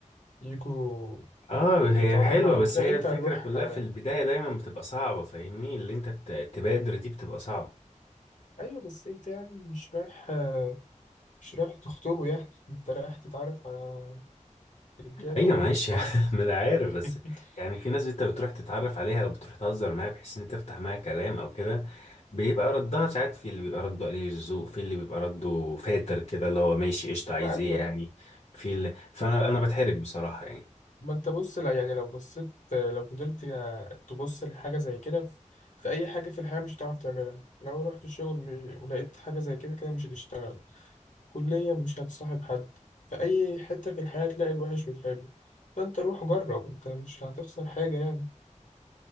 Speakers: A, on the left; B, on the left.
A: يجوا
B: اه هي
A: يتعرفوا
B: حلوة
A: عليك
B: بس
A: لا
B: هي
A: انت
B: الفكرة
A: هتروح
B: كلها
A: آه،
B: في البداية دايما بتبقى صعبة فاهمني اللي انت ت- تبادر دي بتبقى صعبة
A: ايوه بس انت يعني مش رايح آه، مش رايح تخطبه يعني انت رايح تتعرف على رجاله
B: ايوه
A: برضه
B: ماشي
A: صحابك
B: <laughs> ما انا عارف
A: <laughs>
B: بس يعني في ناس انت بتروح تتعرف عليها او بتروح تهزر معاها بحيث ان انت تفتح معاها كلام او كده بيبقى ردها ساعات في اللي بيبقى رده قليل الذوق في اللي بيبقى رده فاتر كده اللي هو ماشي قشطة عايز
A: ما ايوه
B: ايه يعني
A: أيوة.
B: في اللي... فانا انا بتحرج بصراحة يعني
A: ما انت بص لا يعني لو بصيت آه، لو فضلت آه، تبص لحاجه زي كده في في اي حاجه في الحياه مش هتعرف تعملها لو رحت الشغل مش- ولقيت حاجه زي كده كده مش هتشتغل كلية مش هتصاحب حد في أي حتة في الحياة تلاقي الوحش والحلو فأنت روح جرب أنت مش هتخسر حاجة يعني